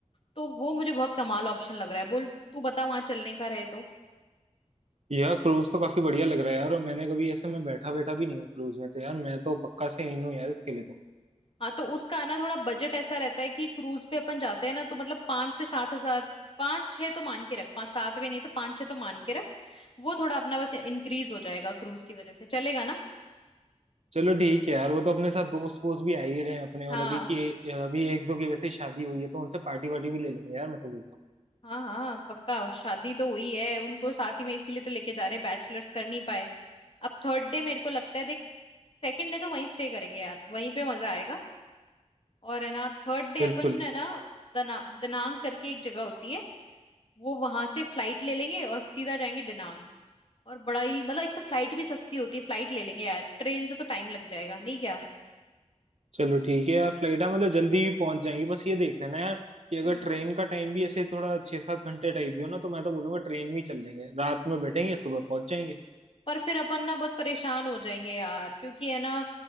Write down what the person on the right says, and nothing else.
यार क्रूज तो काफी बढ़िया लग रहा है यार और मैंने कभी ऐसे मैं बैठा बैठा भी नहीं हूँ क्रूज में तो यार मैं तो पक्का से इन हूँ यार इसके लिए तो
चलो ठीक है यार वो तो अपने साथ दोस्त वोस्त भी आ ही रहे हैं अपने
और अभी की अभी एक दो की वैसे ही शादी हुई है तो उनसे पार्टी वार्टी भी ले लेंगे यार मैं तो बोलता हूँ
बिल्कुल
चलो ठीक है यार फ्लाइट है मतलब जल्दी भी पहुंच जाएंगे बस ये देख लेना यार कि अगर
ट्रेन का टाइम भी ऐसे थोड़ा छह सात घंटे टाइप भी हो ना तो मैं तो बोलूंगा ट्रेन में ही चल लेंगे रात में बैठेंगे सुबह पहुंच जाएंगे